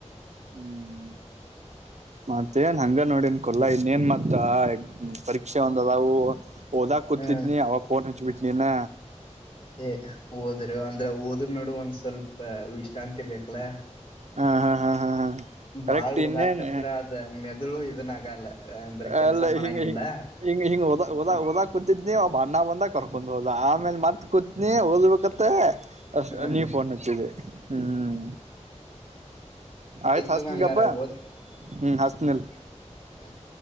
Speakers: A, on the right; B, on the left.
A: ಹ್ಮ್ ಮತ್ತೇನ್ ಹಂಗ ನೋಡ. ಕೊಲ್ಲಾ ಇನ್ನೇನ್ ಮತ್ತ ಪರೀಕ್ಷೆ ಒಂದ ಅದಾವು. ಹಓದಾ ಕೂತಿದ್ನಿ
B: ಹ್ಮ್
A: ಅವಾಗಫೋನ್ ಹಚ್ವಿ. ಇನ್ನ.
B: ಏ ಓದರು ಅಂದ್ರೆ ಓದ್ರ ನಡ ಒಂದ್ ಸ್ವಲ್ಪ ವಿಶ್ರಾಂತಿ ಬೇಕ ಬ್ಲೇ.
A: ಹಾ ಹಾ ಹಾ ಹಾ ಹಾ. ಕರೆಕ್ಟ್
B: ಬಾಳ್ ಹೋದ
A: ಇನ್ನೇನ್
B: ಕತ್ರ ಅದ ಮೆದುಳು ಇದನ್ ಆಗಲ್ಲ. ಅಂದ್ರ ಕೆಲ್ಸ
A: ಅಲ್ಲ
B: ಮಾಡಂಗಿಲ್ಲ
A: ಹಿಂಗ ಹ ಹಿಂಗ ಹಿಂಗದದ ಹಓದ ಕುೂತಿದ್ನ ಅಣ್ಣ ಬಂದರ. ಕೊಂಡ್ ಹೋದ ಆಮೇಲೆ ಮತ್ ಕೂತ್ನಿ ಹಓದಬೇಕತ್ತ. ಅ
B: ಹ್ಮ್
A: ನೀವ ಫೋನ್ ಹಚ್ಚಿದ್ದಿ ಹ್ಮ್ ಆಯ್ತ್ ಹಸ್ನಗಪ್ಪಾ
B: ತಗೋ ಹಂಗಾರ ಓದ್
A: ಹ್ಮ್ ಹಸ್ತನಲ್.
B: ಆಯ್ತ್.